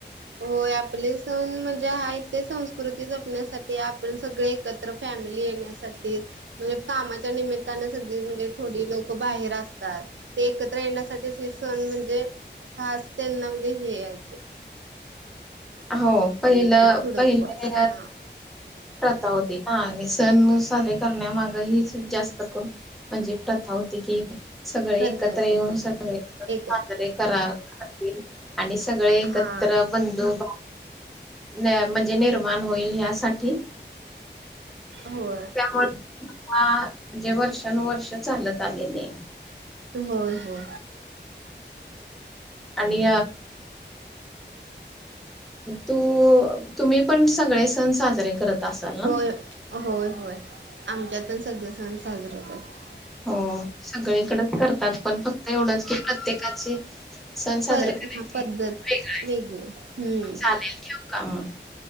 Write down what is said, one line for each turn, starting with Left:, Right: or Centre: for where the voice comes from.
Right: होय आपले सण म्हणजे हा इथे संस्कृती जपण्यासाठी सग एकत्र फॅमिली येण्यासाठी म्हणजे कामाच्या निमित्ताने म्हणजे थोडी लोक बाहेर असतात ते एकत्र येण्यासाठी हे सण म्हणजे खस्त त्यांना म्हणजे ह हेये
Centre: हो पहिलं
Right: म्हणजे पुढं
Centre: पहिले
Right: पण हा
Centre: प्रथा होती सण साजरे करण्यामाग हच जास्तण म्हणजे प्रथा होती कि सगळे
Right: प्रथा
Centre: एकत्र
Right: ते
Centre: येऊन
Right: हो
Centre: सगळेजरे
Right: एक आहे
Centre: करा लाग आणि सगळे एकत्र
Right: हा
Centre: बंधू न मजे निर्माण होईल यासाठी
Right: हो
Centre: त्यामुळे म म्हणजे वर्षानुवर्ष चालत आलेले
Right: होय हो
Centre: आणि तू तुम्ही पण सगळे सण साजरे करत असाल ना
Right: होय होय होय आमच्यात पण सध्या सण साजरे होतात
Centre: हो सगळीकडेच करतात पण फक्त एवढंच की प्रत्येकाची सण साजरे
Right: पर
Centre: करायचे
Right: हा पद्धत
Centre: वेगळा आहे
Right: वेगळी हम्म
Centre: चालेल ठेव का मग